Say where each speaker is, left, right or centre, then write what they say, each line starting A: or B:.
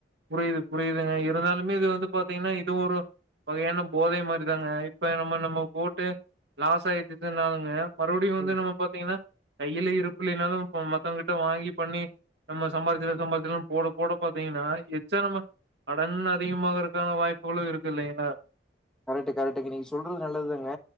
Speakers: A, on the right; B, in the centre.
A: புரிது புரிதுங்க இருந்தாலுமே இது வந்து பாத்தீங்கன்னா இதுவும் ஒரு வகையான போதை மாரி தாங்க இப்ப நம்ம நம்ம போட்டு லாஸ் ஆயிட்டதுனாலங்க மறுபடியும் வந்து
B: ம்
A: நம்ம பாத்தீங்ன்னா கையில இருப்பு இல்லினாலும் மத்தவங்கிட்ட வாங்கி பண்ணி நம்ம சம்பாதிச்ச சம்பாதிச்சும் போட போட பாத்தீங்கனா எச்சனமா கடன் அதிகமாகுறதுக்கான வாய்ப்புகளும் இருக்கு இல்லைங்களா
B: கரெக்ட் கரெக்ட் நீங்க சொல்றது நல்லது தாங்க